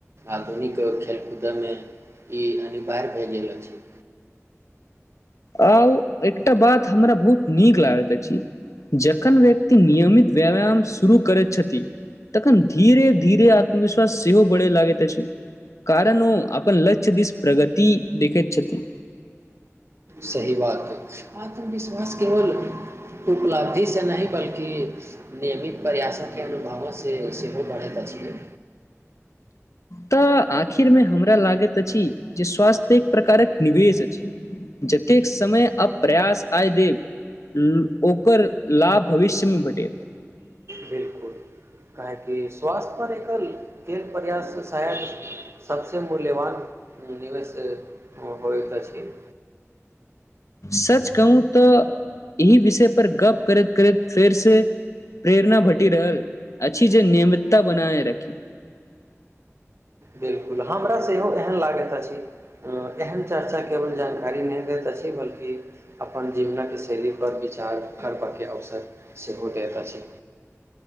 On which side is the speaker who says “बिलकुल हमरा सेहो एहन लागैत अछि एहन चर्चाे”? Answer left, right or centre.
Right